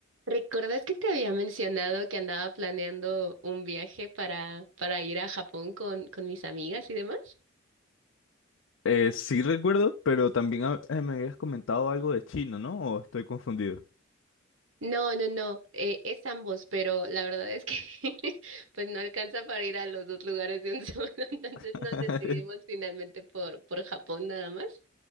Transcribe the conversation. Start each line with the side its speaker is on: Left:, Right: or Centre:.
Right: ¿Recuerdas que te había mencionado que andaba planeando un viaje para, para ir a Japón con, con mis amigas y demás?
Left: Eh, sí recuerdo, pero también ha- eh, me habías comentado algo de chino, ¿no? ¿O estoy confundido?
Right: No, no, no, eh, es ambos, pero la verdad es que <laughs> pues no alcanza para ir a los dos lugares de un solo, <laughs> entonces
Left: <laughs>
Right: nos decidimos finalmente por, por Japón nada más.